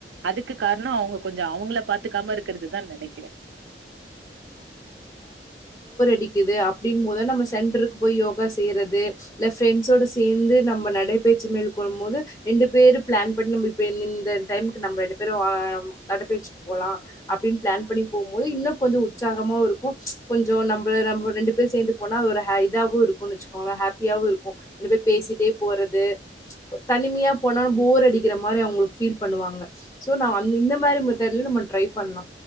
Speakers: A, on the right; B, on the left.
A: அதுக்கு காரணோ அவுங்க கொஞ்சோ அவுங்கள பாத்துக்காம இருக்கிறதுதா நெனைக்கிறே
B: டிக்குது அப் டின் மோத நம்ம சென்டருக்கு போய் யோகா செய்றது இல்ல பிரெண்ட்ஸோட சேந்து நம்ம நடைப்பயிற்சி மேற்கொள்ளும் போது ரெண்டு பேரு பிளான் பண்ணி நம்ம இ இந்த டைம்க்கு நம்மரெண்டு பேரு நடைப்பயிற்சி போலா அப்பிடின் பிளான் பண்ணி போம்போது இன்னு கொஞ்சோ உற்சாகமா இருக்கு கொஞ்சோ நம்ப ரெண்டு பேர் சேர்ந்து போனா ஒரு ஹ இதாவு இருக்குனு வச்சிக்கோங்களே ஹாப்பியாவு இருக்கு ரெண்டு பேரு பேசிட்டே போறது தனிமையா போனா போர் அடிக்கிற மாரி அவுங்களுக்கு ஃபீல் பண்ணுவாங்க ஷோ அந்த இந்த மாரி மெத்தேடுல டிரை பண்ணலா